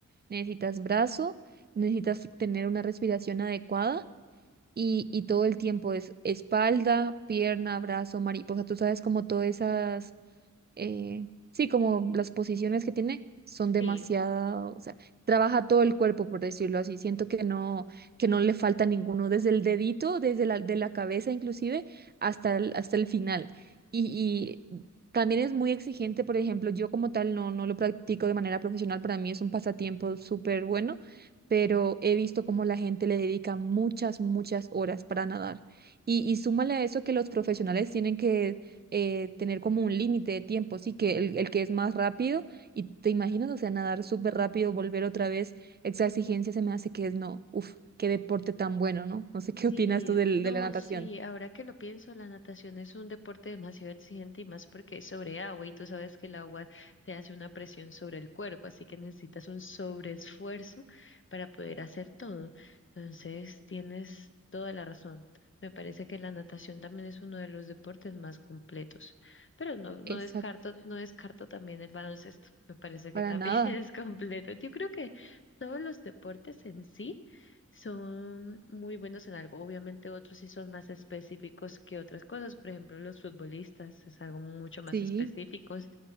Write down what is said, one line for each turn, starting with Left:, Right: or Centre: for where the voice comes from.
Right: necesitas brazo, necesitas tener una respiración adecuada y, y todo el tiempo es espalda, pierna, brazo, mariposa, tú sabes como todas esas eh, sí, como las posiciones que tiene son demasiado,
Left: Sí.
Right: o sea, trabaja todo el cuerpo, por decirlo así. Siento que no, que no le falta ninguno, desde el dedito, desde la, de la cabeza inclusive, hasta el, hasta el final. Y, y también es muy exigente, por ejemplo, yo como tal no, no lo practico de manera profesional, para mí es un pasatiempo súper bueno, pero he visto cómo la gente le dedica muchas, muchas horas para nadar. Y, y súmale a eso que los profesionales tienen que eh, tener como un límite de tiempo, sí, que el, el que es más rápido, y te imaginas, o sea, nadar súper rápido, volver otra vez, esa exigencia se me hace que es no, uf, qué deporte tan bueno, ¿no? No sé qué
Left: Sí,
Right: <laughs> opinas tú del,
Left: no,
Right: de la natación.
Left: sí, ahora que lo pienso, la natación es un deporte demasiado exigente y más porque es sobre agua y tú sabes que el agua te hace una presión sobre el cuerpo, así que necesitas un sobreesfuerzo para poder hacer todo. Entonces, tienes toda la razón. Me parece que la natación también es uno de los deportes más completos, pero no, no
Right: Exacto,
Left: descarto, no descarto también el baloncesto. Me parece
Right: para
Left: que también
Right: nada,
Left: <laughs> es completo. Yo creo que todos los deportes en sí son muy buenos en algo. Obviamente otros sí son más específicos que otras cosas. Por ejemplo, los futbolistas es algo mucho más
Right: sí,
Left: específicos.